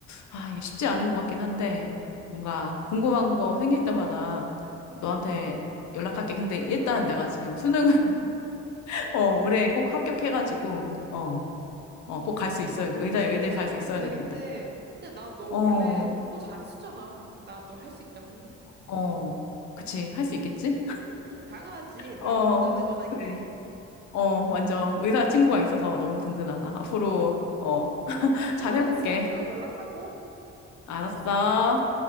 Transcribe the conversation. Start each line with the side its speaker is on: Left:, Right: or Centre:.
Left: 아, 이게 쉽지 않은 것 같긴 한데, 뭔가 궁금한 거 생길 때마다 너한테 연락할게. 근데 일단 내가 지금 수능을, <laughs> 어, 올해 꼭 합격해가지고, 어,
Right: 그러니까,
Left: 어, 꼭 갈 수 있어야,
Right: 어,
Left: 의대,
Right: 쉽지
Left: 의대 갈
Right: 않은
Left: 수 있어야
Right: 길인데,
Left: 될 텐데.
Right: 근데 나 너
Left: 어,
Right: 원래 공부 잘했었잖아. 나 너 할 수 있다고 생각해.
Left: 어. 그치, 할 수 있겠지?
Right: 응, 응, 당연하지.
Left: 어,
Right: 나 완전 응원할게.
Left: 그래. 어, 완전 의사 친구가 있어서 너무 든든하다. 앞으로, 어, <laughs>
Right: 궁금한
Left: 잘해볼게.
Right: 거 있으면 또 연락하고.
Left: 알았어.